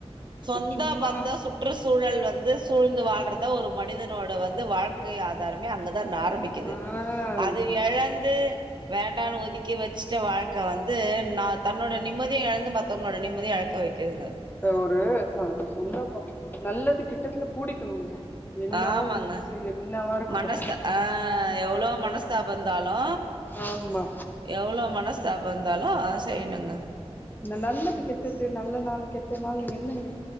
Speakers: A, on the right (about 45°); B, on the left (about 15°).
A: சொந்த
B: சும்மா
A: பந்த சுட் ற்றுச்சூழல் வந்து சூழ்ந்து வாழ்றதா ஒரு மனிதனோட வந்து வாழ் கு ஆதார்மே அங்கதா நாரமிக்கிது
B: ஆ
A: அது எழந்து வேண்டானு ஒதுக்கி வச்ட்டு வாழ்க்க வந்து நா தன்னோட நிம்மத்யு எழந்து மத்தவுங்ளோட நிம்மதி அழக்க வெக்கிதுங்க
B: அ ஒரு ச சொந்தப நல்லது கெட்டத்துல கூடிக்கிணுங்க என்னவோ
A: ஆமாங்க
B: மனசுல என்னவாருக்குட்டு
A: மனச ஆ எவ்ளோ மனஸ்தாப இருந்தாலு
B: ஆம்மா
A: எவ்ளோ மனஸ்தாப் இந்தாலு அத செய்னுங்க
B: இந்த நல்லது கெட்டது நல்ல நாள் கெட்ட நாள் என்ன நீங்க